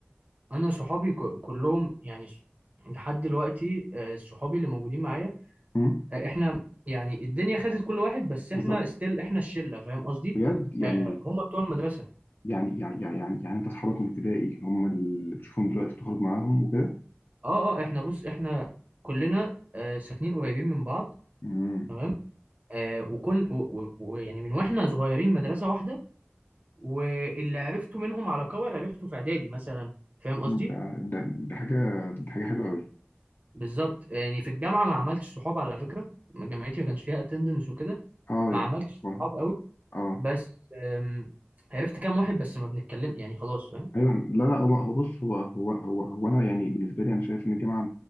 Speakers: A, on the right; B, on the left.
A: انا صحابي ك- كلهم يعني ص- لحد دلوقتي آه، صحابي اللي موجودين معايا
B: امم
A: آه، احنا يعني الدنيا خدت كل واحد بس
B: بالظبط
A: احنا ستيل احنا الشله فاهم قصدي
B: بجد يعني
A: آه هم بتوع المدرسه
B: يعني يعني يعني يعني, يعني انت اصحابك من ابتدائي هم اللي بتشوفهم دلوقتي بتخرج معاهم وكده
A: اه اه احنا بص احنا كلنا آه ساكنين قريبين من بعض
B: امم
A: تمام آه وكن ويعني من واحنا صغيرين مدرسه واحده واللي عرفته منهم على كور عرفته في اعدادي مثلا فاهم قصدي
B: ده ده ده حاجه ده حاجه حلوه قوي
A: بالظبط يعني في الجامعه ما عملتش صحاب على فكره جامعتي ما كانش فيها اتندنس وكده
B: اه
A: ما
B: يعني
A: عملتش
B: كويس.
A: صحاب قوي
B: اه
A: بس أم، عرفت كام واحد بس ما بنتكلم يعني خلاص فاهم
B: ايوه لا لا هو هو بص هو هو هو هو انا يعني بالنسبه لي انا شايف ان الجامعه